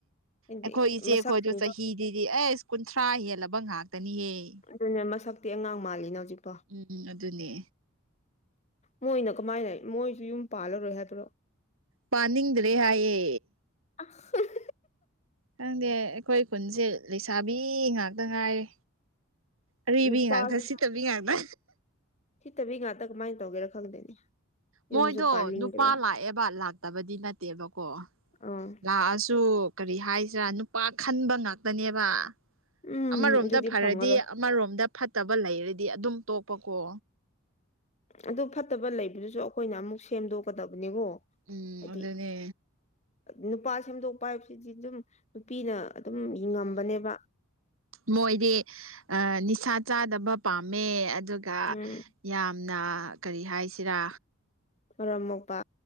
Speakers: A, on the left; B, on the right.
A: ꯍꯥꯏꯗꯤ
B: ꯑꯩꯈꯣꯏ ꯏꯆꯦ
A: ꯃꯁꯛꯁꯤꯡꯗꯣ
B: ꯑꯩꯈꯣꯏꯗ ꯍꯤꯗꯗꯤ ꯑꯩꯁ ꯀꯨꯟꯊ꯭ꯔꯥ ꯍꯦꯜꯂꯕ ꯉꯥꯛꯇꯅꯤꯍꯦ
A: ꯑꯗꯨꯅꯦ ꯃꯁꯛꯇꯤ ꯑꯉꯥꯡ ꯃꯥꯜꯂꯤꯅꯦ ꯍꯧꯖꯤꯛꯄꯣ
B: ꯎꯝ ꯑꯗꯨꯅꯦ
A: ꯃꯣꯏꯅ ꯀꯃꯥꯏꯅ ꯃꯣꯏꯁꯨ ꯌꯨꯝ ꯄꯥꯜꯂꯔꯣꯏ ꯍꯥꯏꯕ꯭ꯔꯣ
B: ꯄꯥꯅꯤꯡꯗ꯭ꯔꯦ ꯍꯥꯏꯌꯦ
A: <unintelligible>
B: ꯈꯪꯗꯦ ꯑꯩꯈꯣꯏ ꯈꯨꯟꯁꯦ ꯂꯩꯁꯥꯕꯤ ꯉꯥꯛꯇ ꯉꯥꯏꯔꯦ ꯑꯔꯤꯕꯤ
A: ꯅꯨꯄꯥꯁꯤꯁꯨ
B: ꯉꯥꯛꯇ ꯁꯤꯠꯇꯕꯤ ꯉꯥꯛꯇ
A: ꯁꯤꯠꯇꯕꯤ ꯉꯥꯛꯇ ꯀꯃꯥꯏꯟ ꯇꯧꯒꯦꯔꯥ ꯈꯪꯗꯦꯅꯦ
B: ꯃꯣꯏꯗꯣ
A: ꯌꯨꯝꯁꯨ ꯄꯥꯅꯤꯡꯗ꯭ꯔꯦ
B: ꯅꯨꯄꯥ ꯂꯥꯛꯑꯦꯕ ꯂꯥꯛꯇꯕꯗꯤ ꯅꯠꯇꯦꯕꯀꯣ
A: ꯑꯥ
B: ꯂꯥꯛꯑꯁꯨ ꯀꯔꯤ ꯍꯥꯏꯁꯤꯔꯥ ꯅꯨꯄꯥ ꯈꯟꯕ ꯉꯥꯛꯇꯅꯦꯕ
A: ꯎꯝ
B: ꯑꯃꯔꯣꯝꯗ
A: ꯑꯗꯨꯗꯤ
B: ꯐꯔꯗꯤ
A: ꯐꯪꯉꯔꯣꯏ
B: ꯑꯃꯔꯣꯝꯗ ꯐꯠꯇꯕ ꯂꯩꯔꯗꯤ ꯑꯗꯨꯝ ꯇꯣꯛꯄꯀꯣ
A: ꯑꯗꯨ ꯐꯠꯇꯕ ꯂꯩꯕꯗꯨꯁꯨ ꯑꯩꯈꯣꯏꯅ ꯑꯃꯨꯛ ꯁꯦꯝꯗꯣꯛꯀꯗꯕꯅꯤꯀꯣ
B: ꯎꯝ
A: ꯍꯥꯏꯗꯤ
B: ꯑꯗꯨꯗꯅꯦ
A: ꯅꯨꯄꯥ ꯁꯦꯝꯗꯣꯛꯄ ꯍꯥꯏꯕꯁꯤꯗꯤ ꯑꯗꯨꯝ ꯅꯨꯄꯤꯅ ꯑꯗꯨꯝ ꯌꯦꯡꯉꯝꯕꯅꯦꯕ
B: ꯃꯣꯏꯗꯤ ꯑ ꯅꯤꯁꯥ ꯆꯥꯗꯕ ꯄꯥꯝꯃꯦ ꯑꯗꯨꯒ
A: ꯎꯝ
B: ꯌꯥꯝꯅ ꯀꯔꯤ ꯍꯥꯏꯁꯤꯔꯥ
A: ꯃꯔꯝ ꯃꯣꯛꯄ